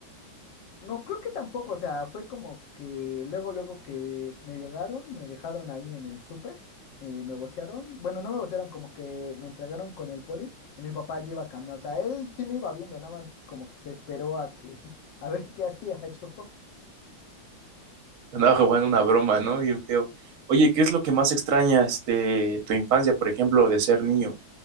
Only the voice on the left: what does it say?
No, creo que tampoco, o sea, fue como que luego, luego que me llegaron, me dejaron ahí en el súper, eh, me vocearon, bueno, no me vocearon, como que me entregaron con el poli y mi papá ya iba caminando, o sea, él sí me iba viendo, nada más como que se esperó a que, <laughs> a ver qué hacía <laughs> yo.